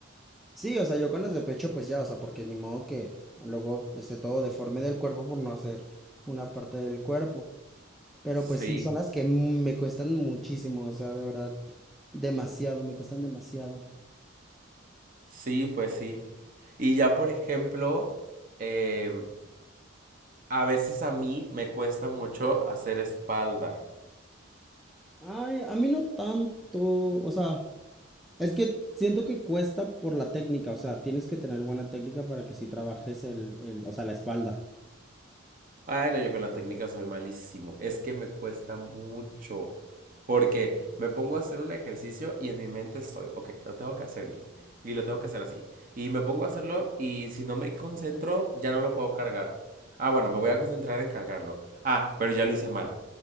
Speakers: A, in the centre; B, on the right (about 40°).
A: Sí, o sea, yo con las de pecho, pues ya, o sea, porque ni modo que luego esté todo deforme del cuerpo por no hacer una parte del cuerpo. Pero
B: Sí,
A: pues sí, son las que mm, me cuestan muchísimo, o sea, de verdad, demasiado, me cuestan demasiado.
B: sí, pues sí. Y ya, por ejemplo, em, A veces a mí me cuesta mucho hacer espalda.
A: Ay, a mí no tanto, o sea, es que siento que cuesta por la técnica, o sea, tienes que tener buena técnica para que sí trabajes el, el, o sea, la espalda.
B: Bueno, yo con la técnica soy malísimo. Es que me cuesta mucho. Porque me pongo a hacer un ejercicio y en mi mente estoy, ok, lo tengo que hacer bien. Y lo tengo que hacer así. Y me pongo a hacerlo y si no me concentro, ya no lo puedo cargar. Ah, bueno, me voy a concentrar en cargarlo. Ah, pero ya lo hice mal.